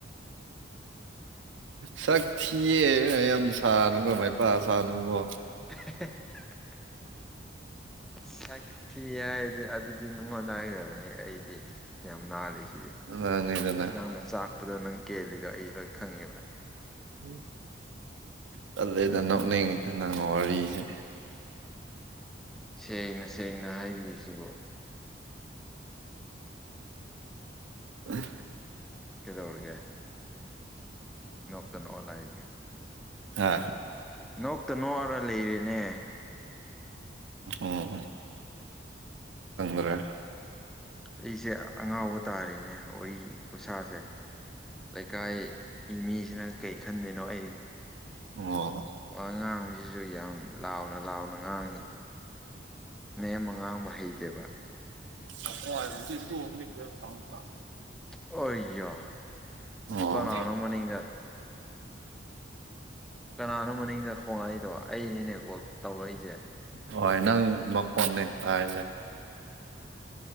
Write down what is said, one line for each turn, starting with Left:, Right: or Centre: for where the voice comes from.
Right: ꯁ ꯀꯤꯌꯦ ꯌꯥꯝ ꯁꯥꯅꯨꯀꯣ ꯃꯥꯏꯄꯥ ꯁꯥꯅꯨꯕꯣ
Centre: <unintelligible> ꯁꯥ ꯊꯤ ꯍꯥꯏꯔꯗꯤ ꯑꯗꯨꯗꯤ ꯅꯨꯡꯉꯣꯟ ꯅꯥꯏꯒꯗꯕꯅꯤ ꯑꯩꯗꯤ ꯌꯥꯝ ꯅꯥꯜꯂꯤꯁꯤꯗꯤ
Right: ꯅꯪꯅꯤꯗꯅ
Centre: ꯅꯪꯅ ꯆꯥꯛꯄꯗꯣ ꯅꯪ ꯀꯦꯜꯂꯤꯗꯣ ꯑꯩ ꯂꯣꯏ ꯈꯪꯉꯦꯕ
Right: ꯎ ꯆꯠꯂꯦꯗ ꯅꯣꯛꯅꯉꯗ ꯅꯪ ꯋꯥꯔꯤꯁꯦ
Centre: ꯁꯦꯡꯅ ꯁꯦꯡꯅ ꯍꯥꯏꯕꯤꯁꯤꯕꯣ
Right: ꯎ
Centre: ꯀꯗꯧꯔꯒꯦ ꯅꯛꯇꯅꯣꯂ ꯍꯥꯏꯒ
Right: ꯑ
Centre: ꯅꯣꯛꯇ ꯅꯣꯛꯑꯔ ꯂꯩꯔꯦꯅꯦ
Right: ꯑꯣꯝ ꯑꯗꯨ꯭ꯔꯦ
Centre: ꯑꯩꯁꯦ ꯑꯉꯥꯎꯕ ꯇꯥꯔꯤꯦꯅꯦ ꯋꯥꯔꯤ ꯈꯨꯠꯁꯥꯁꯦ ꯂꯩꯀꯥꯏꯒꯤ ꯃꯤꯁꯤꯅ ꯀꯩ ꯈꯟꯗꯣꯏꯅꯣ ꯑꯩ
Right: ꯑꯣ
Centre: ꯍ ꯉꯥꯡꯕꯁꯤꯁꯨ ꯌꯥꯝ ꯂꯥꯎꯅ ꯂꯥꯎꯅ ꯉꯥꯡꯉꯤ ꯅꯦꯝ ꯃ ꯉꯥꯡꯕ ꯍꯩꯇꯦꯕ
Right: ꯑꯣ ꯑꯗꯨ ꯏꯗꯟꯅ ꯀ ꯇꯉ
Centre: ꯑꯣꯏꯣ
Right: ꯑꯣ
Centre: ꯀꯅꯥꯅꯣ ꯃꯅꯤꯒ ꯀꯅꯥꯅꯣ ꯃꯅꯤꯡꯗ ꯈꯣꯡꯉꯛꯏꯗꯣ ꯑꯩꯅꯤꯅꯦ ꯀꯣꯜ ꯇꯧꯔꯛꯏꯁꯦ
Right: ꯍꯣꯏ ꯅꯪ ꯃꯈꯣꯟꯅꯤ ꯍꯥꯏꯁꯦ